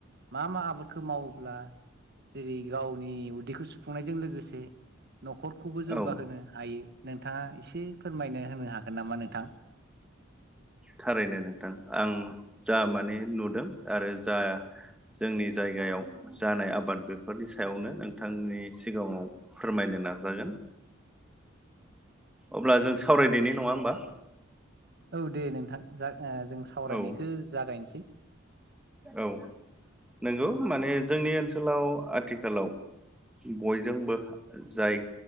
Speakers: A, on the right (about 55°); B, in the centre.
A: मा मा आबादखौ मावोब्ला जेरै गावनि उदैखौ सुफुंनायजों लोगोसे न'खरखौबो जौगाहोनो
B: औ
A: हायो नोंथाङा एसे फोरमायनो होनो हागोन नामा नोंथां?
B: थारैनो नोंथां आं जा माने नुदों आरो जा जोंनि जायगायाव जानाय आबाद बेफोरनि सायावनो नोंथांनि सिगाङाव फोरमायनो नाजागोन।
A: <inaudible>
B: अब्ला जों सावरायदोनि नङा होमबा?
A: औ दे नोंथां जा ओ जों सावरायनायखौ
B: औ
A: जागायनोसै।
B: औ नंगौ माने जोंनि ओनसोलाव आथिखालाव बयजोंबो जाय